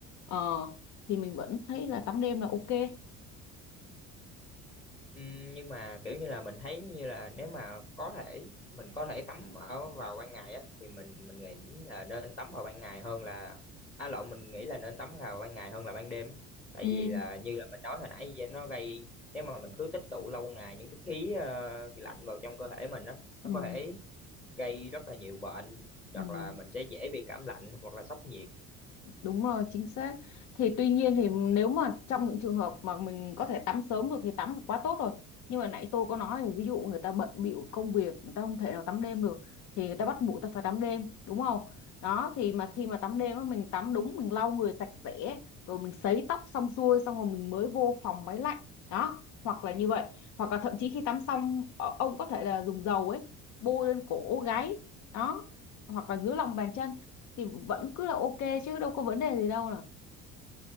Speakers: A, on the left (about 60°); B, on the left (about 15°).
A: Ờ, thì mình vẫn thấy là tắm đêm là ok
B: Ừm, nhưng mà kiểu như là mình thấy như là nếu mà có thể mình có thể tắm ở vào ban ngày á thì mình mình nghĩ là nên tắm vào ban ngày hơn là à lộn mình nghĩ là nên tắm vào ban ngày hơn là ban đêm á. Tại
A: ừ
B: vì là như là mình nói hồi nãy vậy nó gây nếu mà mình cứ tích tụ lâu ngày những cái khí ờ, lạnh vào trong cơ thể mình á
A: ừ
B: nó có
A: ừ,
B: thể gây rất là nhiều bệnh
A: ừ.
B: hoặc là mình sẽ dễ bị cảm lạnh hoặc là sốc nhiệt
A: Đúng rồi, chính xác. Thì tuy nhiên thì nếu mà trong những trường hợp mà mình có thể tắm sớm được thì tắm là quá tốt rồi. Nhưng mà nãy tôi có nói là ví dụ người ta bận bịu công việc, người ta không thể nào tắm đêm được thì người ta bắt buộc ta phải tắm đêm, đúng không? Đó thì mà khi mà tắm đêm á mình tắm đúng, mình lau người sạch sẽ rồi mình sấy tóc xong xuôi xong rồi mình mới vô phòng máy lạnh. Đó, hoặc là như vậy, hoặc là thậm chí khi tắm xong ờ, ông có thể là dùng dầu ấy bôi lên cổ gáy đó hoặc là dưới lòng bàn chân thì vẫn cứ là ok chứ đâu có vấn đề gì đâu nào